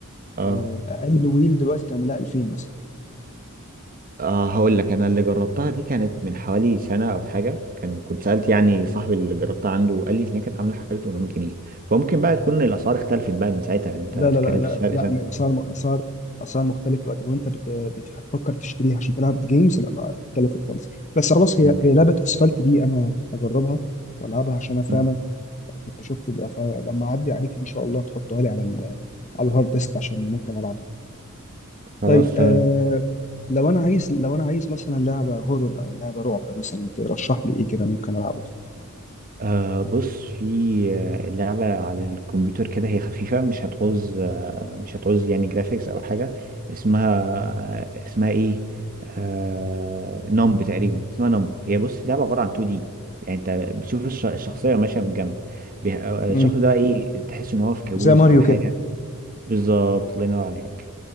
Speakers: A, on the right (about 40°); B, on the left (about 35°).
A: اه
B: آه، اقل ويل دلوقتي تعملها 2000 مثلا
A: اه هقول لك انا اللي جربتها دي كانت من حوالي سنة او حاجة كان كنت سألت يعني صاحبي اللي جربتها عنده قال لي ان هي كانت عاملة حوالي 800 جنيه فممكن بقى تكون الاسعار اختلفت بقى من ساعتها لان انت
B: لا
A: بتتكلم
B: لا لا لا
A: في سعر
B: لا
A: سنة
B: م- اسعار م- اسعار اسعار مختلفه دلوقتي لو انت بت... بت... هتفكر تشتريها عشان تلعب جيمز لا لا اختلفت خالص بس خلاص هي
A: أمم،
B: هي لعبه اسفلت دي انا هجربها والعبها عشان انا فعلا
A: أمم.
B: كنت شفت بقى فلما اعدي عليك ان شاء الله تحطها لي على ال... على الهارد ديسك عشان ممكن العبها
A: خلاص
B: طيب آه...
A: تمام
B: لو انا عايز لو انا عايز مثلا لعبه هورور او لعبه رعب مثلا ترشح لي ايه كده ممكن العبه
A: أه بص في آه، لعبة على الكمبيوتر كده هي خفيفة مش هتعوز آه، مش هتعوز يعني جرافيكس أو حاجة اسمها آه، اسمها إيه آه نمب تقريبا اسمها نمب هي بص لعبة عبارة عن 2D يعني أنت بتشوف الش- الشخصية ماشية من جنب بيه- آه،
B: امم
A: الشخص ده إيه تحس إن هو في كابوس
B: زي ماريو
A: أو حاجة
B: كده
A: بالظبط الله ينور عليك